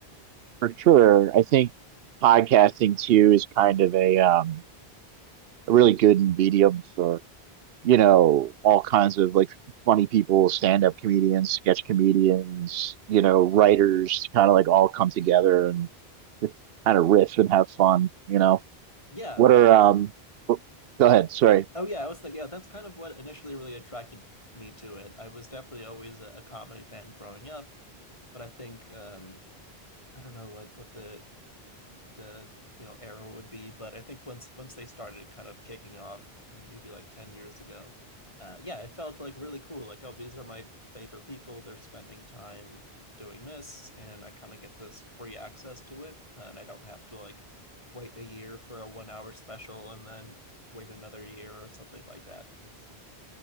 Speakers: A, on the right; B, on the left.
A: For sure. I think podcasting too is kind of a, um, a really good medium for you know, all kinds of like funny people, stand up comedians, sketch comedians, you know, writers kind of like all come together and just kind of riff and have fun, you know.
B: Yeah,
A: What are,
B: I think.
A: um, w- go ahead. Sorry.
B: Oh yeah, I was thinking. Yeah, that's kind of what initially really attracted me to it. I was definitely always a, a comedy fan growing up but I think um, I don't know what what the the you know era would be, but I think once once they started kind of kicking off, maybe like ten years ago, uh, yeah, it felt like really cool. Like, oh, these are my favorite people. They're spending time doing this, and I kind of get this free access to it, and I don't have to like wait a year for a one hour special and then wait another year or something like that. It's